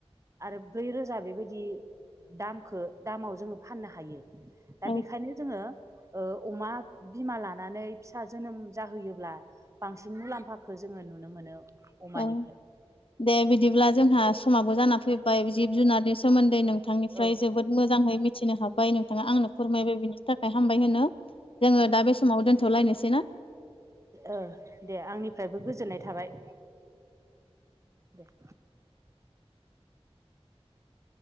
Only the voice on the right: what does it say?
आरो ब्रै रोजा बेबायदि दामखौ दामाव जोङो फाननो हायो। दा
बेखायनो जोङो ओ अमा बिमा लानानै फिसा जोनोम जाहोयोब्ला बांसिन मुलाम्फाखौ जोङो नुनो मोनो अमानिफ्राय
औ
ओ दे आंनिफ्रायबो गोजोननाय थाबाय। दे।